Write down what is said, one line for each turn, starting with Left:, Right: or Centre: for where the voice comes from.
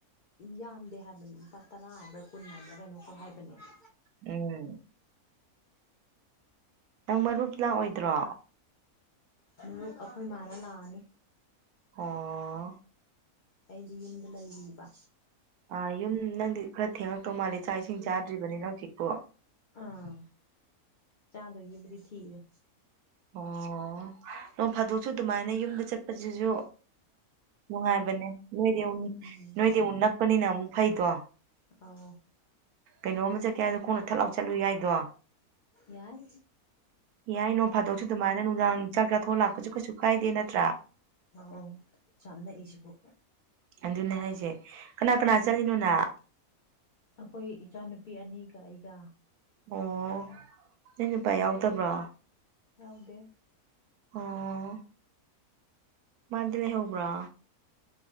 Left: ꯌꯥꯝꯗꯦ ꯍꯥꯏꯕꯅꯦ ꯂꯨꯄꯥ ꯇꯔꯥ ꯍꯥꯏꯕ꯭ꯔꯥ ꯀꯨꯟ ꯍꯥꯏꯕ꯭ꯔꯥ ꯀꯩꯅꯣ ꯈꯛ ꯍꯥꯏꯕꯅꯦ ꯫
Right: ꯎꯝ ꯅꯪ ꯃꯔꯨꯞ ꯂꯥꯛꯑꯣꯏꯗ꯭ꯔꯣ
Left: ꯃꯔꯨꯞ ꯑꯩꯈꯣꯏ ꯃꯥꯅ ꯂꯥꯛꯑꯅꯤ
Right: ꯑꯣ
Left: ꯑꯩꯗꯤ ꯌꯨꯝꯗ ꯂꯩꯔꯤꯕ
Right: ꯑ ꯌꯨꯝ ꯅꯪꯗꯤ ꯈꯔ ꯊꯦꯡꯉꯛꯇꯧ ꯃꯥꯜꯂꯦ ꯆꯥꯛ ꯏꯁꯤꯡ ꯆꯥꯗ꯭ꯔꯤꯕꯅꯤꯅ ꯍꯧꯖꯤꯛꯄꫭ
Left: ꯑꯥ ꯆꯥꯗꯣꯏꯒꯤꯕꯨꯗꯤ ꯊꯤꯔꯦ
Right: ꯑꯣ ꯅꯣꯡ ꯐꯥꯗꯣꯛꯁꯨ ꯑꯗꯨꯃꯥꯏꯅ ꯌꯨꯝꯗ ꯆꯠꯄꯁꯤꯁꯨ ꯅꯨꯡꯉꯥꯏꯕꯅꯦ ꯅꯣꯏꯗꯤ ꯎ
Left: ꯎꯝ
Right: ꯅꯣꯏꯗꯤ ꯎꯟ ꯅꯛꯄꯅꯤꯅ ꯑꯃꯨꯛ ꯐꯩꯗꯣ ꯫
Left: ꯑꯥꯎ
Right: ꯀꯩꯅꯣꯝ ꯆꯠꯀꯦ ꯍꯥꯏꯗꯣ ꯈꯣꯡꯅ ꯊꯠ ꯂꯥꯎ ꯆꯠꯂꯨ ꯌꯥꯏꯗꯣ
Left: ꯌꯥꯏ
Right: ꯌꯥꯏ ꯅꯣꯡ ꯐꯥꯗꯣꯛꯁꯨ ꯑꯗꯨꯃꯥꯏꯅ ꯅꯨꯡꯗꯥꯡ ꯆꯥꯛ ꯆꯥꯊꯣꯛ ꯂꯥꯛꯄꯁꯨ ꯀꯩꯁꯨ ꯀꯥꯏꯗꯦ ꯅꯠꯇ꯭ꯔꯥ
Left: ꯑ ꯆꯝ ꯅꯛꯏꯁꯤꯕꯨ
Right: ꯑꯗꯨꯅꯦ ꯍꯥꯏꯁꯦ ꯀꯅꯥ ꯀꯅꯥ ꯆꯠꯂꯤꯅꯣꯅ
Left: ꯑꯩꯈꯣꯏ ꯏꯆꯥꯅꯨꯄꯤ ꯑꯅꯤꯒ ꯑꯩꯒ
Right: ꯑꯣ ꯅ ꯅꯨꯄꯥ ꯌꯥꯎꯗꯕ꯭ꯔꯣ
Left: ꯌꯥꯎꯗꯦ
Right: ꯑꯣ ꯃꯥꯗꯤ ꯂꯩꯍꯧꯕ꯭ꯔꯣ ꯫